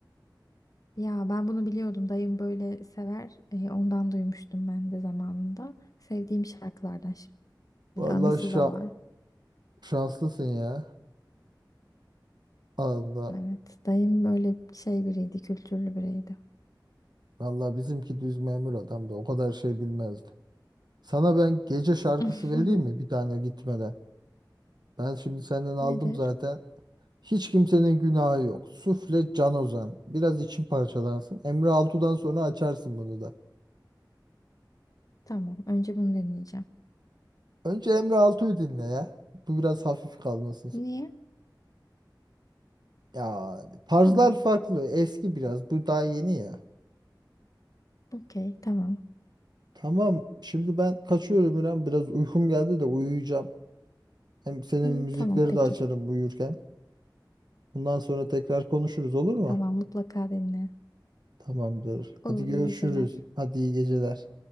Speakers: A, on the left (about 50°); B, on the right (about 65°).
A: Ya ben bunu biliyordum. Dayım böyle sever. E, ondan duymuştum ben de zamanında. Sevdiğim şarkılardan şimdi
B: Vallahi
A: anısı
B: şa-
A: da var.
B: şanslısın ya. Allah.
A: Evet. Dayım böyle şey biriydi, kültürlü biriydi.
B: Vallahi bizimki düz memur adam da o kadar şey bilmezdi. Sana ben gece şarkısı
A: <laughs>
B: vereyim mi bir tane gitmeden? Ben şimdi senden aldım
A: Nedir?
B: zaten. Hiç kimsenin günahı yok. Sufle Can Ozan. Biraz için parçalansın. Emre Altu'dan sonra açarsın bunu da.
A: Tamam. Önce bunu deneyeceğim.
B: Önce Emre Altu'yu dinle ya. Bu biraz hafif kalmasın.
A: Niye?
B: Ya tarzlar
A: Tamam.
B: farklı. Eski biraz. Bu daha yeni ya.
A: Okey. Tamam.
B: Tamam. Şimdi ben kaçıyorum İrem. Biraz uykum geldi de uyuyacağım. Hem senin
A: Hı,
B: müzikleri
A: tamam. Peki.
B: de açarım uyurken. Bundan sonra tekrar konuşuruz olur mu?
A: Tamam. Mutlaka dinle.
B: Tamamdır.
A: Olur.
B: Hadi görüşürüz.
A: iyi geceler.
B: Hadi iyi geceler.